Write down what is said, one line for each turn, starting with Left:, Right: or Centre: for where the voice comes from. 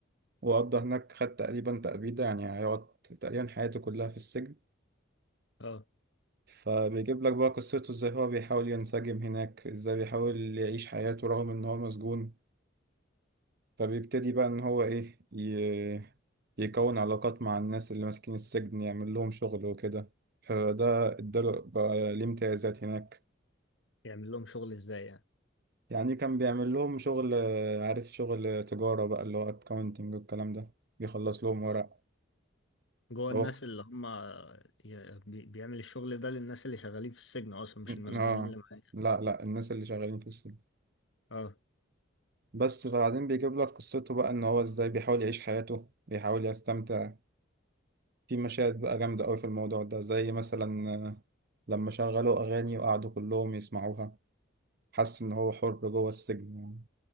Right: وقضى هناك خد تقريبا تأبيدة يعني هيقعد تقريبا حياته كلها في السجن
Left: اه
Right: فبيجيب لك بقى قصته ازاي هو بيحاول ينسجم هناك ازاي بيحاول يعيش حياته رغم ان هو مسجون فبيبتدي بقى ان هو ايه ي... يكون علاقات مع الناس اللي ماسكين السجن يعمل لهم شغل وكده فده اداله بقى ليه امتيازات هناك
Left: يعمل لهم شغل ازاي يعني
Right: يعني كان بيعمل لهم شغل عارف شغل تجارة بقى اللي هو اكاونتنج والكلام ده بيخلص لهم ورق
Left: اه جوه الناس
Right: هو
Left: اللي هم آه، ي- بي- بيعمل الشغل ده للناس اللي شغالين في السجن اصلا مش المسجونين
Right: اه
Left: اللي معايا
Right: لا لا الناس اللي شغالين في السجن
Left: اه
Right: بس فبعدين بيجيب لك قصته بقى ان هو ازاي بيحاول يعيش حياته بيحاول يستمتع في مشاهد بقى جامدة قوي في الموضوع ده زي مثلا آه، لما شغلوا اغاني وقعدوا كلهم يسمعوها حس ان هو حر جوه السجن يعني